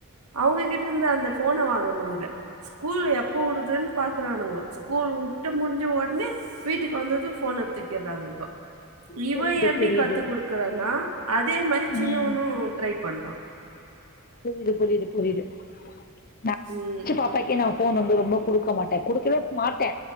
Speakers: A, on the right; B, on the left.
A: அவுங்ககிட்ட இருந்து அந்த ஃபோன வாங்க முடியல ஸ்கூல் எப்ப விடுதுன்னு பாக்குறானுங்க ஸ்கூல் விட்டு முடிஞ்சு உடனே வீட்டுக்கு வந்தது ஃபோன தூக்கிறானுங்க இவன்
B: புரியுது
A: எப்டி
B: புரியுது
A: கத்து குடுக்குறானா அதே மாரி சின்னவனு
B: ம்
A: ட்ரை பண்றான்
B: புரியுது புரியுது புரியுது நா
A: ம்.
B: <inaudible> பாப்பாக்கே நா ஃபோன் வந்து ரொம்ப குடுக்க மாட்டே குடுக்கவே மாட்டே